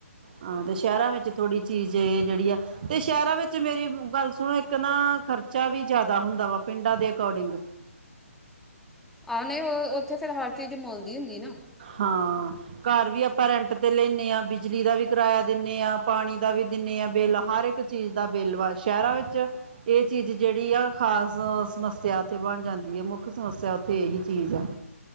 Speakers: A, on the right; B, in the centre.
A: ਹਾਂ ਤੇ ਸ਼ਹਿਰਾਂ ਵਿੱਚ ਥੋੜ੍ਹੀ ਚੀਜ਼ ਜਿਹੜੀ ਆ ਤੇ ਸ਼ਹਿਰਾਂ ਵਿੱਚ ਮੇਰੀ ਗੱਲ ਸੁਣੋ ਇੱਕ ਨਾ ਖਰਚਾ ਵੀ ਜ਼ਿਆਦਾ ਹੁੰਦਾ ਵਾ ਪਿੰਡਾਂ ਦੇ ਅਕੋਡਿੰਗ
B: ਆਹ ਨਹੀਂ ਉੱਥੇ ਫੇਰ ਹਰ ਚੀਜ਼ ਮੁੱਲ ਦੀ ਹੁੰਦੀ ਨਾ
A: ਹਾਂ ਘਰ ਵੀ ਆਪਾਂ ਰੈਂਟ ਤੇ ਲੈਣੇ ਹਾਂ ਬਿਜਲੀ ਦਾ ਵੀ ਕਿਰਾਇਆ ਦਿੰਦੇ ਹਾਂ ਪਾਣੀ ਦਾ ਵੀ ਦਿੰਦੇ ਹਾਂ ਬਿੱਲ ਹਰ ਇੱਕ ਚੀਜ਼ ਦਾ ਬਿੱਲ ਵਾ ਸ਼ਹਿਰਾਂ ਵਿੱਚ ਇਹ ਚੀਜ਼ ਜਿਹੜੀ ਆ ਖਾਸ ਸਮੱਸਿਆ ਉੱਥੇ ਬਣ ਜਾਂਦੀ ਹੈ ਮੁੱਖ ਸਮੱਸਿਆ ਉੱਥੇ ਇਹੀ ਚੀਜ਼ ਆ